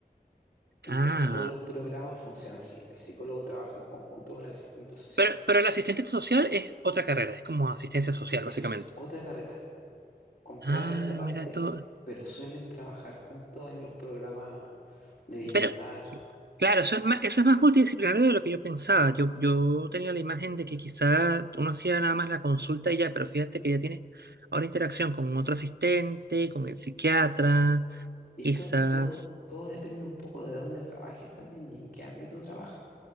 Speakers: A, on the left; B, on the right.
A: En
B: Ah,
A: casi todos los programas funciona así. El psicólogo trabaja en conjunto con el asistente social.
B: pero, pero el asistente social es otra carrera, es como asistencia social,
A: Es
B: básicamente.
A: otra carrera, completamente
B: Ah,
A: aparte,
B: mira, tú,
A: pero suelen trabajar juntos en los programas de bienestar.
B: Pero claro, eso es más, eso es más multidisciplinario de lo que yo pensaba. Yo, yo tenía la imagen de que quizás uno hacía nada más la consulta y ya, pero fíjate que ya tiene ahora interacción con otro asistente, con el psiquiatra,
A: Y
B: quizás.
A: to- todo, todo depende un poco de dónde trabajes también y en qué ámbito trabajas.